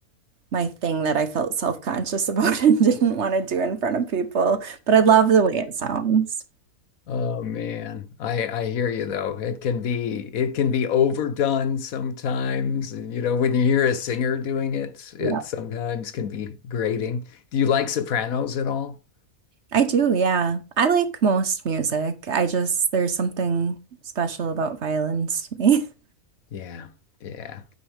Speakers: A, on the right; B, on the left.
A: my thing that I felt self-conscious about and <laughs> didn't want to do in front of people, but I love the way it sounds.
B: Oh man. I I hear you though. It can be it can be overdone sometimes. And, You know, when you hear a singer doing it, it
A: Yeah.
B: sometimes can be grating. Do you like sopranos at all?
A: I do, yeah. I like most music. I just there's something special about violins to me. <laughs>
B: Yeah, yeah.